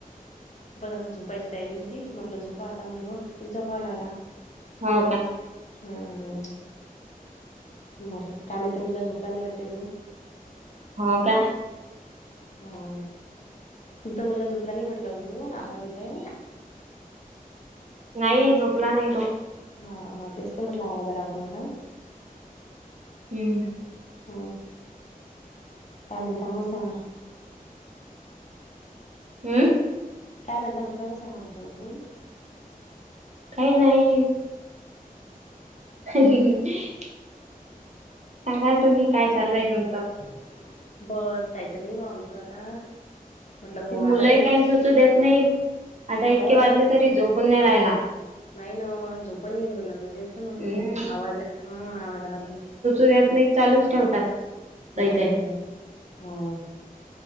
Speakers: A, on the left; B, on the right.
A: बस आता झोपायची तयारी होती म्हटलं झोपा आता म्हटलं तुमचा कॉल आला
B: हो काय
A: हम्म हम. बोला काय म्हणतीुला झोपला नाही वाटते अजून.
B: हो का
A: हा तुमचा मुलगा झोपला नाही म्हटलं अजून आवाज येतय
B: नाही झोपला नाही तो
A: हा हा तेच तर म्हटलं आवाज आलावता मला
B: हम्म
A: ह काय मिनट म सग
B: हम्म
A: काय म्हणता म्हटलं सांगा म्हटलं अजून
B: काही नाही
A: ह
B: ह सांगा ना तुम्ही काय चालू आहे तुमचं
A: बस काहीतरी नाही भा आमचं आता म्हटलं ब
B: मुलंही
A: आता हे
B: काही सुचू देत नाही आता
A: हो
B: इतके वाजले
A: ना
B: तरी झोपून नाही राहिला
A: नाही ना झोपण घेेत मुलांना तेच तर म्हटलं
B: हम्म
A: मी आवाज ह आवाजला
B: त चालूच ठेवतात काही
A: हो
B: काही
A: हो हो